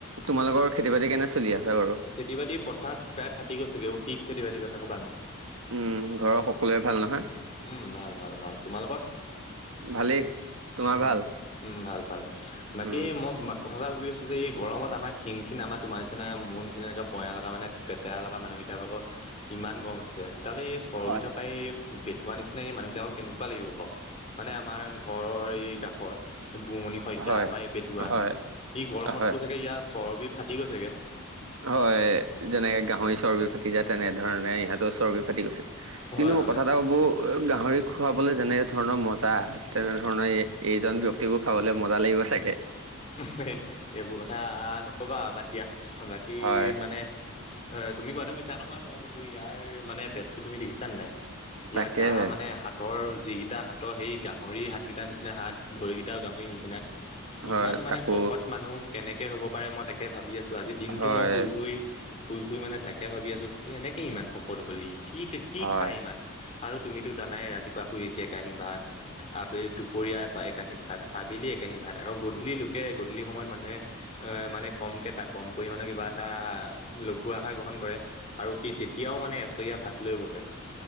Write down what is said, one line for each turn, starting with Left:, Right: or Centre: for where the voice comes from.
Right: তোমালোকৰ খেতি বাতি কেনে চলি আছে বাৰু।
Left: খেতি বাতি পথাৰ শুকাই ফাটি গৈছেগে অহ কি খেতি বাতিৰ কথা ক'বানো
Right: উম ঘৰৰ সকলোৱে ভাল নহয়।
Left: উম ভাল ভাল ভাল তোমালোকৰ।
Right: ভালেই তোমাৰ
Left: অহ
Right: ভাল?
Left: উম ভাল ভাল বাকী
Right: উম।
Left: মই। কথা কথা এটা ভাবি আছো যে এই গৰম আমাৰ খিন খিন আমাৰ তোমাৰ নিচিনা মোৰ নিচিনা এনেকুৱা পঁয়া লগা মানে পেপেৰা লগা মানুহকেইটা কাৰোবাৰ ইমান গৰম উঠিছে তালৈ এই চৰ্বি
Right: হয়।
Left: থকা এই পেটৈৱা নিচিনা মানুহ বিলাকৰ কেনেকুৱা লাগিব বাৰু মানে আমাৰ ঘৰৰ এই কাষৰ বমণি শইকীয়া
Right: হয়,
Left: আমাৰ এই পেটোৱা ই
Right: হয়,
Left: গৰমততো
Right: হয়।
Left: চাগে ইয়াৰ চৰ্বি ফাটি গৈছেগে।
Right: হয় যেনেকে গাহৰি চৰ্বি ফাটি যায় তেনেধৰণে ইহঁতো চৰ্বি ফতি গৈছে
Left: হয়
Right: কিন্তু মই
Left: হয়।
Right: কথা এটা হব গাহৰি খুৱাবলৈ যেনে ধৰণৰ মজা তেনেধৰণৰ এই এইজন ব্যক্তিকো খাবলৈ মজা লাগিব চাগে
Left: হুয হেত এইবোৰ কথা নক'বা বাদ দিয়া বাকী
Right: হয়
Left: মানে অহ তুমি কোৱাটো মিছা নহয় বাৰু কিন্তু ইয়াৰ মানে পেটটো তুমি দেখছানে নাই। ইয়াৰ
Right: তাকেহে।
Left: গা মানে হাতৰ যি টা হাতৰ সেই গাহৰি হাত কেইটা নিচিনা হাত ভৰিকেইটাও গাহৰি নিচিনা।
Right: হয়
Left: ইমান মানে
Right: তাকো
Left: শকত মানুহ কেনেকে হ'ব পাৰে মই তাকে ভাবি আছো আজি দিনটো
Right: হয়
Left: মই শুই শুই শুই শুই মানে তাকে ভাবি আছো কেনেকে ইমান শকত হ'লি কি কি
Right: হয়
Left: খায় ইমান আৰু তুমিতো জানাই ৰাতিপুৱা শুই উঠি একাহি ভাত আবেলি দুপৰীয়া একাহি ভাত আবেলি এক কি ভাত আৰু গ ধূলি লোকে গধূলি সময়ত মানুহে এ মানে কমকে ত কম পৰিমৰিমানৰ কিবা এটা লঘু আহাৰ গ্ৰহণ কৰে আৰু সি তেতিয়াও মানে এচৰীয়া ভাত লৈ বহে